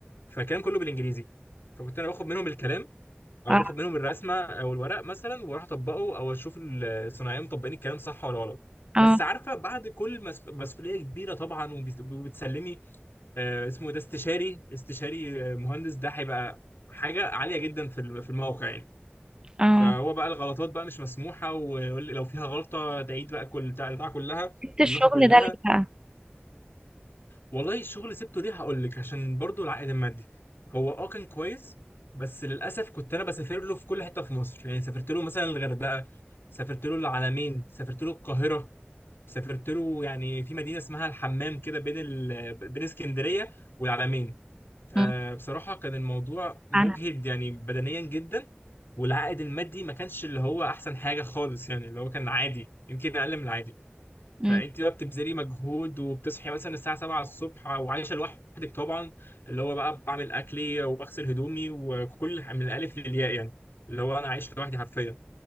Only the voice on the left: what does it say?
فكان كله بالانجليزي فكنت انا باخد منهم الكلام او
باخد منهم الرسمه او الورق مثلا واروح اطبقه او اشوف الصناعيه مطبقين الكلام صح ولا غلط
بس عارفه بعد كل مس... مسؤوليه كبيره طبعا وبيس- وبتسلمي آه اسمه إيه ده استشاري استشاري آه، مهندس ده هيبقى حاجه عاليه جدا في الم- في الموقع يعني
فهو بقى الغلطات بقى مش مسموحه ويقول لي لو فيها غلطه تعيد بقى كل بتاع البتاعه كلها
اللوحه كلها
والله الشغل سبته ليه هقول لك عشان برضو العائد المادي هو اه كان كويس بس للاسف كنت انا بسافر له في كل حته في مصر يعني سافرت له مثلا الغردقه سافرت له العلمين سافرت له القاهره سافرت له يعني في مدينه اسمها الحمام كده بين ال... بين اسكندريه والعلمين آه،
بصراحة كان الموضوع مجهد
يعني بدنيا جدا والعائد المادي ما كانش اللي هو أحسن حاجة خالص يعني اللي هو كان عادي يمكن أقل من العادي
فأنت بقى بتبذلي مجهود وبتصحي مثلا الساعة 7 الصبح وعايشة لوحدك طبعا اللي هو بقى بعمل أكلي وبغسل هدومي وكل من الألف للياء يعني اللي هو أنا عايش لوحدي حرفيا